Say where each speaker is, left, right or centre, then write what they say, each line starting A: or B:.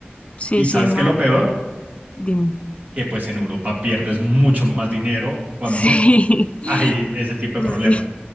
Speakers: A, on the left (about 30°); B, on the right (about 40°).
A: sí,
B: Y
A: sí,
B: sabes
A: no,
B: qué es lo peor,
A: dime. <laughs>
B: que pues en Europa pierdes mucho más dinero cuando
A: Sí,
B: <laughs> hay ese
A: <laughs>
B: tipo de problemas.
A: sí,